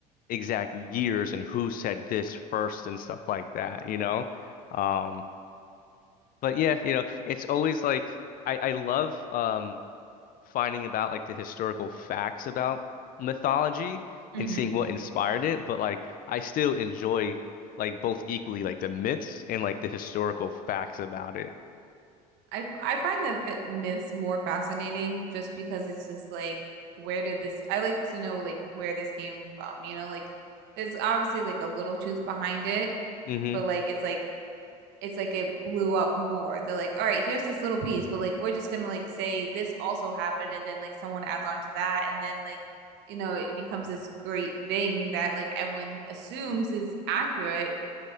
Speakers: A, on the left (about 45°); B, on the right (about 60°).
A: exact years and who said this first and stuff like that. You know, um, but yeah, you know, it's always like I I love um finding about like the historical facts about mythology
B: Mhm.
A: and seeing what inspired it, but like I still enjoy like both equally like the myths and like the historical facts about it.
B: I I find the fit myths more fascinating just because it's just like where did this I like to know like where this came from, you know, like there's obviously like a little truth behind it,
A: hmm
B: but like it's like it's like it blew up more. They're like, all right, here's this little piece, but like we're just gonna like say this also happened and then like someone adds on to that and then like you know it becomes this great thing that like everyone assumes is accurate